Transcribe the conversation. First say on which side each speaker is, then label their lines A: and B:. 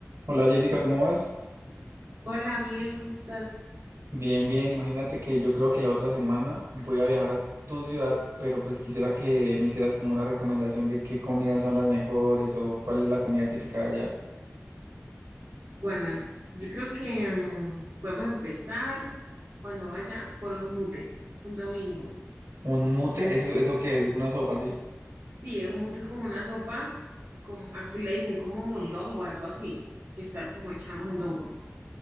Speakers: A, on the right (about 75°); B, on the right (about 50°).
A: Hola Jessica, ¿cómo vas?
B: Hola, bien, ¿cómo estás?
A: Bien, bien, imagínate que yo creo que la otra semana voy a viajar a tu ciudad, pero pues quisiera que me hicieras como una recomendación de qué comidas son las mejores o cuál es la comida típica de allá.
B: Buenas. Yo creo que mm, podemos empezar cuando vaya por un mute, un domingo.
A: Un mute, eso, eso qué es una sopa, ¿sí?
B: Sí, un mute es como una sopa, como, aquí le dicen como mondongo, algo así, que está como hecha a mondongo.